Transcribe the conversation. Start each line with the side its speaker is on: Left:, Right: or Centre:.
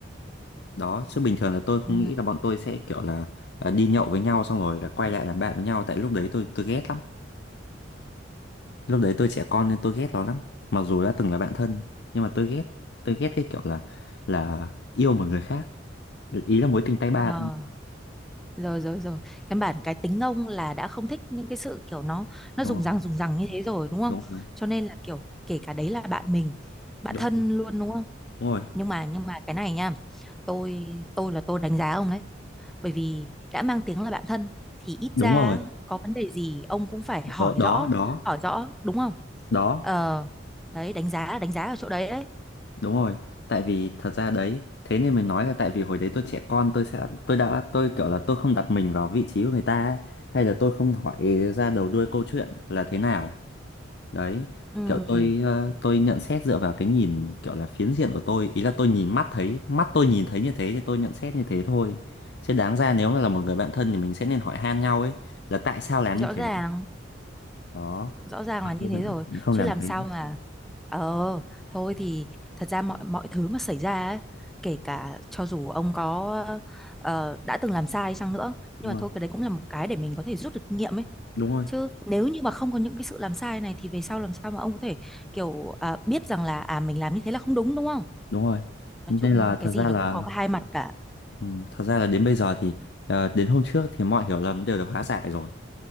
Left: đó chứ bình thường là tôi không
Centre: ừ,
Left: nghĩ là bọn tôi sẽ kiểu là à, đi nhậu với nhau xong rồi là quay lại làm bạn với nhau tại lúc đấy tôi tôi ghét lắm lúc đấy tôi trẻ con nên tôi ghét nó lắm mặc dù đã từng là bạn thân nhưng mà tôi ghét tôi ghét cái kiểu là là yêu một người khác ý là mối tình tay ba
Centre: ờ
Left: thôi
Centre: rồi rồi rồi căn bản cái tính ông là đã không thích những cái sự kiểu nó nó
Left: đúng
Centre: dùng
Left: rồi
Centre: răng dùng răng như thế rồi đúng không
Left: đúng rồi
Centre: cho nên là kiểu kể cả đấy là bạn mình bạn
Left: đúng
Centre: thân
Left: rồi
Centre: luôn đúng không
Left: đúng rồi
Centre: nhưng mà nhưng mà cái này nha tôi tôi là tôi đánh giá ông đấy bởi vì đã mang tiếng là bạn thân thì ít
Left: đúng
Centre: ra
Left: rồi
Centre: có vấn đề gì ông cũng phải hỏi
Left: đó đó
Centre: rõ
Left: đó
Centre: hỏi rõ đúng không
Left: đó
Centre: ờ đấy đánh giá đánh giá ở chỗ đấy đấy
Left: Đúng rồi, tại vì thật ra đấy, thế nên mình nói là tại vì hồi đấy tôi trẻ con tôi sẽ tôi đã tôi kiểu là tôi không đặt mình vào vị trí của người ta ấy, hay là tôi không hỏi ra đầu đuôi câu chuyện là thế nào. Đấy,
Centre: ừ,
Left: kiểu tôi ờ, tôi nhận xét dựa vào cái nhìn kiểu là phiến diện của tôi, ý là tôi nhìn mắt thấy, mắt tôi nhìn thấy như thế thì tôi nhận xét như thế thôi. Chứ đáng ra nếu mà là một người bạn thân thì mình sẽ nên hỏi han nhau ấy là tại sao làm
Centre: rõ
Left: như thế.
Centre: ràng
Left: Đó,
Centre: rõ ràng
Left: mà
Centre: là như
Left: tôi vẫn
Centre: thế rồi
Left: không
Centre: chứ
Left: làm
Centre: làm
Left: thế.
Centre: sao mà ờ thôi thì thật ra mọi mọi thứ mà xảy ra ấy, kể cả cho dù ông có ờ, đã từng làm sai chăng nữa nhưng
Left: Đúng
Centre: mà
Left: rồi,
Centre: thôi cái đấy cũng là một cái để mình có thể rút được kinh nghiệm ấy
Left: đúng rồi,
Centre: chứ nếu như mà không có những cái sự làm sai này thì về sau làm sao mà ông có thể kiểu à, biết rằng là à mình làm như thế là không đúng đúng không
Left: đúng rồi.
Centre: nói
Left: Nên
Centre: chung
Left: là
Centre: cái
Left: thật
Centre: gì
Left: ra
Centre: nó
Left: là
Centre: cũng có cái hai mặt cả
Left: Ừ, thật ra là đến bây giờ thì ờ, đến hôm trước thì mọi hiểu lầm đều được hóa giải rồi